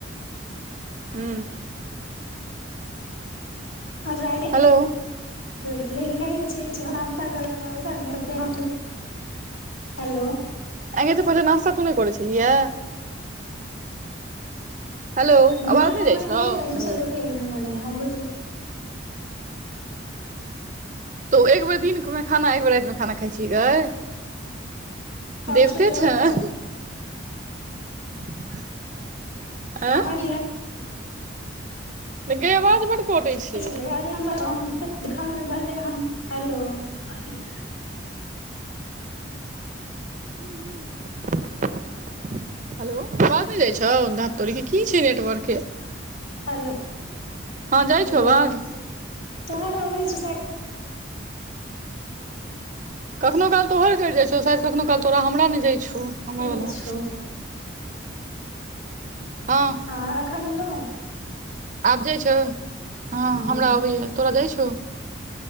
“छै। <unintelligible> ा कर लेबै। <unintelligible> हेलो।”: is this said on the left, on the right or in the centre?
Left